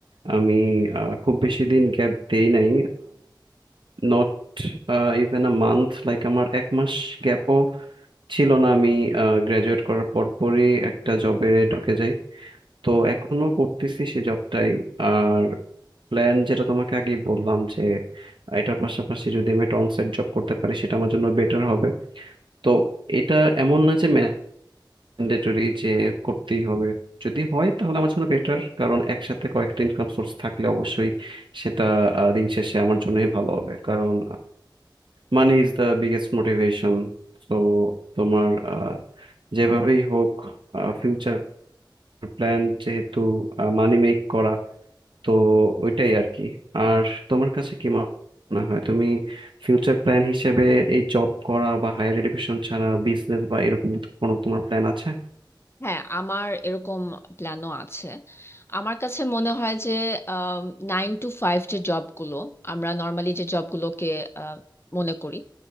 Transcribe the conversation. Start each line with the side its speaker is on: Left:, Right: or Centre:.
Right: আমি আহ, খুব বেশি দিন গ্যাপ দেই নাই not even a month like আমার এক মাস গ্যাপও ছিল না আমি গ্রাজুয়েট করার পরপরই একটা জবে ঢুকে যাই তো এখনো করতেছি সেই জবটাই আর প্ল্যান যেটা তোমাকে আগেই বললাম যে আহ, এটার পাশাপাশি যদি আমি একটা অনসাইট জব করতে পারি সেটা আমার জন্য বেটার হবে তো এটা এমন না যে ম্যান্ডেটরি যে করতেই হবে যদি হয় তাহলে আমার জন্য বেটার কারণ একসাথে কয়েকটা ইনকাম সোর্স থাকলে অবশ্যই সেটা আহ, দিন শেষে আমার জন্যই ভালো হবে কারণ money is the biggest motivation তো তোমার আহ, যেভাবেই হোক ফিউচার প্ল্যান যেহেতু মানি মেক করা তো ওইটাই আর কি আর তোমার কাছে কি মনে হয় তুমি ফিউচার প্ল্যান হিসেবে এই জব করা বা হায়ার এডুকেশন ছাড়া বিজনেস বা এরকম কোনো তোমার প্ল্যান আছে
Left: হ্যাঁ আমার এরকম প্ল্যানও আছে আমার কাছে মনে হয় যে নাইন টু ফাইভ যে জবগুলো আমরা নর্মালি যে জবগুলোকে আহ, মনে করি